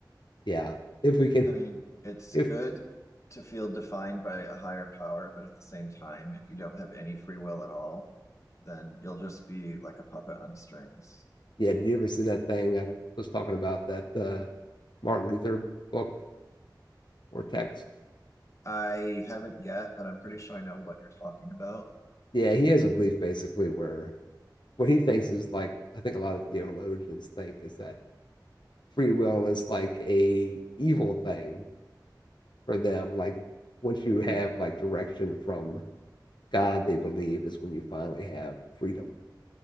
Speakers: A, on the left; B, on the left.
A: yeah, if we can,
B: I mean, it's
A: if
B: good to feel defined by a higher power, but at the same time, if you don't have any free will at all, then you'll just be like a puppet on strings.
A: yeah, did you ever see that thing I was talking about that uh, Martin Luther book or text?
B: I haven't yet, but I'm pretty
A: Yeah,
B: sure I know what you're talking about.
A: yeah, he has a belief basically where what he thinks is like I think a lot of theologians think is that free will is like a evil thing for them, like once you
B: Mm.
A: have like direction from God they believe is when you finally have freedom,